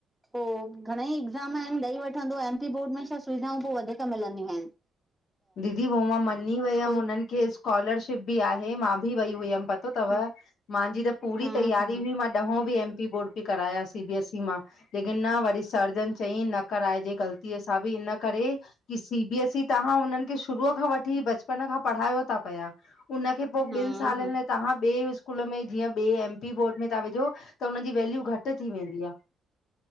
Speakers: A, in the centre; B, on the left.
A: पोइ घणे ई एग्ज़ाम आहिनि, ॾेई वठंदो एमपी बोर्ड में, छा सुविधाऊं पोइ वधीक मिलंदियूं। आहिन
B: दीदी, पोइ मां मञी वयमि
A: कोई
B: उन्हनि खे। स्कॉलरशिप बि आहे, मां बि वई हुअम, पतो अथव
A: ह
B: -मुंहिंजी त पूरी
A: हम्म
B: तयारी
A: हम्म
B: हुई। ग्रहों भी- एमपी बोर्ड मो कराया सी बीएस ई मां, लेकिन वरी सरजन चई न। कराइजे, ग़लतीअ सां बि इन करे की, सी बीएस ई तव्हां हुनन। शुरू खां वठी बचपन खां पढ़ायो ता पिया उनखे पो
A: हम्म
B: ॿिन सालन।
A: हम्म
B: तव्हां ॿे स्कूल में जीअं ॿे एमपी बोर्ड में ता विझो त हुन जी वैल्यू घटि थी वेंदी आ --